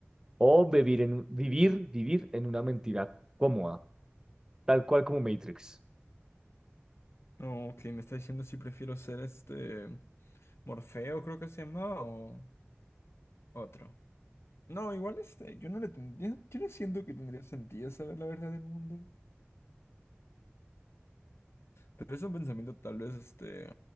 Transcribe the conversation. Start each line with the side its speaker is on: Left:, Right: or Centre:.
Right: o vivir en, vivir, vivir en una mentira cómoda, tal cual como Matrix.
Left: No, que me está diciendo si prefiero ser este Morfeo, creo que se llama, o otro. No, igual este, yo no le tendría, yo no siento que tendría sentido saber la verdad del mundo. Pero es un pensamiento tal vez este,